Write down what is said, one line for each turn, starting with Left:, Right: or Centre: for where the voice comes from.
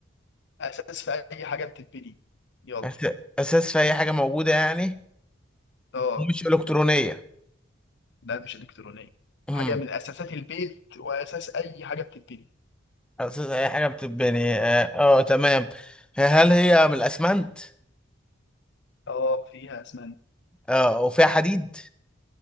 Left: أساس في أي حاجة بتتبني يلا
Centre: أس- اساس في اي حاجه موجوده يعني
Left: اه
Centre: مش الكترونيه
Left: لا مش إلكترونية
Centre: امم
Left: حاجة من أساسات البيت وأساس أي حاجة بتتبني
Centre: اساس اي حاجه بتتبني اه, آه تمام هل هي من الاسمنت
Left: اه فيها أسمنت
Centre: اه وفيها حديد